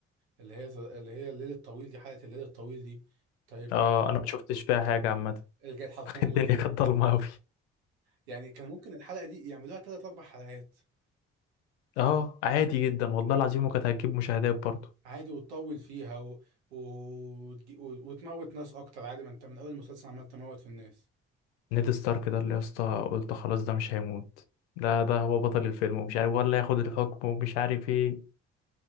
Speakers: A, on the right (about 80°); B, on the left (about 85°).
A: اللي هي اللي هي الليل الطويل دي حلقة الليل الطويل دي طيب
B: اه
A: ما
B: انا ما شفتش فيها حاجة عامة
A: رجعت حرفيا
B: <laughs> الدنيا
A: الليل
B: كانت ضلمة قوي
A: يعني كان ممكن الحلقة دي يعملوها ثلاث اربع حلقات
B: اه عادي جدا والله العظيم وكانت هتجيب مشاهدات برضه
A: عادي وتطول فيها و... و... وتجي- و... وتموت ناس اكتر عادي ما انت من اول المسلسل عمال تموت في الناس
B: نيد ستارك ده اللي يا اسطى قلت خلاص ده مش هيموت لا ده هو بطل الفيلم ومش عارف ولا ياخد الحكم ومش عارف ايه